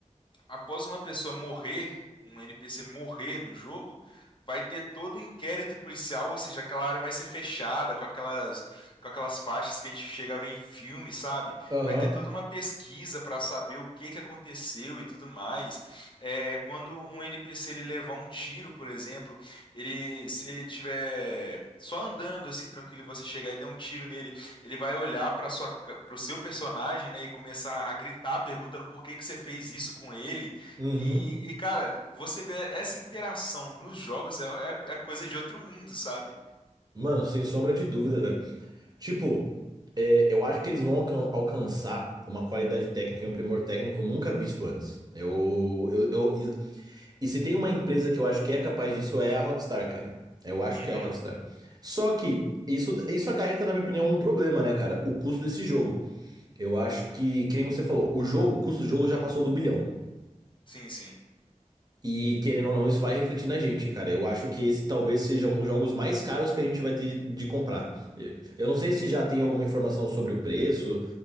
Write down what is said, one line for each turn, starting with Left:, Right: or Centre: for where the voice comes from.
Left: após uma pessoa morrer, um NPC morrer no jogo, vai ter todo o inquérito policial, ou seja, aquela área vai ser fechada com aquelas, com aquelas faixas que a gente chega a ver em filme, sabe?
Right: aham,
Left: Vai ter toda uma pesquisa para saber o que que aconteceu e tudo mais. É, quando um NPC ele levar um tiro, por exemplo, ele se ele tiver só andando assim tranquilo, e você chegar e der um tiro nele ele vai olhar para sua para o seu personagem, né, e começar a gritar perguntando por que que você fez isso com ele.
Right: uhum.
Left: E, e cara, você vê essa interação nos jogos é, é, é coisa de outro mundo, sabe?
Right: Mano, sem sombra de dúvida, velho. Tipo, é, eu acho que eles vão alcan- alcançar uma qualidade técnica e um primor técnico nunca visto antes. Eu, eu, eu- e, e se tem uma empresa que eu acho que é capaz disso, é a Rockstar, cara. Eu acho
Left: Uhum.
Right: que é a Rockstar. Só que isso, isso acarreta, na minha opinião, um problema, né, cara? O custo desse jogo. Eu acho que, que nem você falou, o jogo, o custo do jogo já passou do bilhão.
Left: Sim, sim.
Right: E querendo ou não, isso vai refletir na gente, cara. Eu acho que esse talvez seja um dos jogos mais caros que a gente vai ter de, de comprar. Eu eu não sei se já tem alguma informação sobre o preço,